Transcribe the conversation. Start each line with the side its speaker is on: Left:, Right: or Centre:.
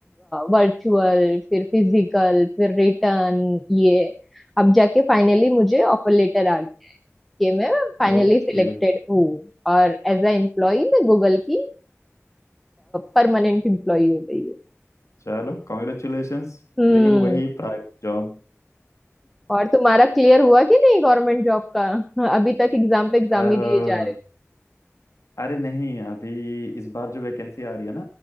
Centre: वर्चुअल फिर फिजिकल फिर रिटर्न ये अब जाके फाइनली मुझे ऑफर लेटर आ गया कि मैं फाइनली
Left: ओके
Centre: सिलेक्टेड हूँ और एज अ एम्प्लॉय मैं गूगल की परमानेंट एम्प्लॉय हो गई हो
Left: चलो कॉन्ग्रेचुलेशंस
Centre: हम्म
Left: लेकिन वही प्राइवेट जॉब
Centre: और तुम्हारा क्लियर हुआ कि नहीं गवर्नमेंट जॉब का हाँ, अभी तक एग्जाम पे एग्जाम
Left: अह,
Centre: ही दिए जा रहे
Left: अरे नहीं अभी इस बार जो वैकेंसी आ रही है ना